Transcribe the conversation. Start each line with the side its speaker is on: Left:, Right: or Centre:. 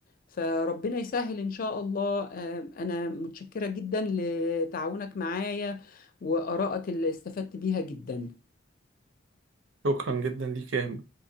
Left: فربنا يسهل إن شاء الله آه، أنا متشكرة جدا لتعاونك معايا وآرائك اللي استفدت بيها جدا
Right: شكرا جدا ليك يا أهم